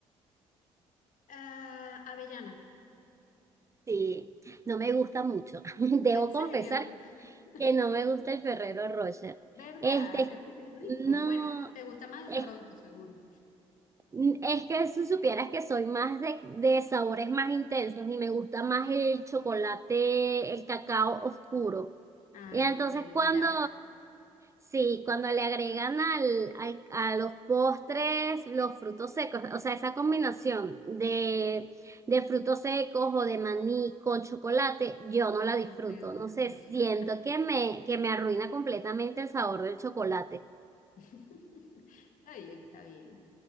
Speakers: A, on the left; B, on the right.
A: Ah, avellana,
B: Sí, no me gusta mucho. <laughs> Debo
A: ¿en serio?
B: confesar
A: <laughs>
B: que no me gusta el Ferrero Rocher.
A: ¿Verdad?
B: Este,
A: Es, es rico.
B: no,
A: Bueno, te gusta más
B: es,
A: el Toronto, seguro.
B: es que si supieras que soy más de, de sabores más intensos y me gusta más el chocolate, el cacao oscuro.
A: Ah,
B: Y entonces
A: ok, el
B: cuando
A: dark,
B: Sí, cuando le agregan al, al- a los postres los frutos secos, o sea, esa combinación de, de frutos secos o de maní con chocolate, yo no la disfruto.
A: no te gusta.
B: No sé, siento
A: <laughs>
B: que me, que me arruina completamente el sabor del chocolate.
A: <laughs> Está bien, está bien.